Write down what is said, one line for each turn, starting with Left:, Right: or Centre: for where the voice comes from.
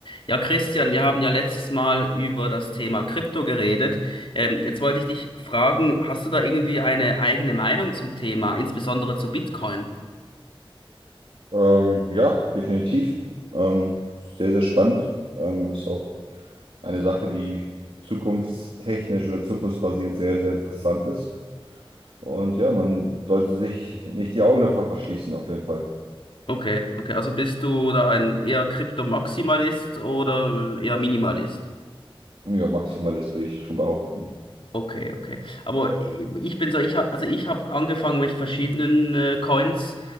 Left: Ja, Christian, wir haben ja letztes Mal über das Thema Krypto geredet. Ähm, jetzt wollte ich dich fragen, hast du da irgendwie eine eigene Meinung zum Thema, insbesondere zu Bitcoin?
Right: Ähm, ja, definitiv. Ähm, sehr, sehr spannend. Ähm, ist auch eine Sache, die zukunftstechnisch oder zukunftsbasiert sehr, sehr interessant ist. Und ja, man sollte sich nicht die Augen davor verschließen, auf jeden Fall.
Left: Okay, okay, also bist du da ein eher Krypto-Maximalist oder eher Minimalist?
Right: Ja, Maximalist würde ich schon behaupten.
Left: Okay, okay. Aber ich bin so, ich habe, also ich habe angefangen mit verschiedenen äh, Coins,